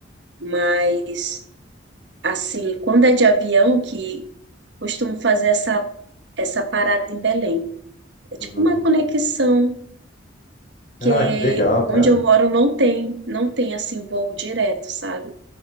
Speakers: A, on the right; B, on the left.
A: mas assim, quando é de avião que costumo fazer essa, essa parada em Belém. É tipo
B: Uhum.
A: uma conexão,
B: Ah,
A: que
B: que legal, cara.
A: onde eu moro não tem, não tem assim voo direto, sabe?